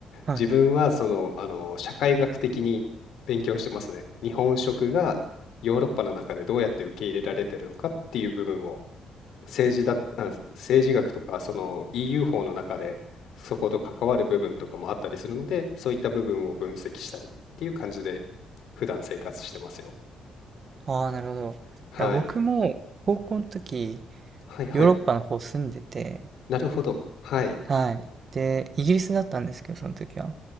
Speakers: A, on the right; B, on the left.
A: はいはい。
B: 自分はその、あの、社会学的に勉強してますね。日本食がヨーロッパの中でどうやって受け入れられてるのかっていう部分を政治だ、あ、政治学とか、その EU 法の中で、そこと関わる部分とかもあったりするので、そういった部分を分析したりっていう感じで、普段生活してますよ。
A: ああ、なるほど。
B: はい。
A: いや、僕も高校の時、
B: はいはい。
A: ヨーロッパの方住んでて、
B: なるほど。はい。
A: はい。で、イギリスだったんですけど、その時は。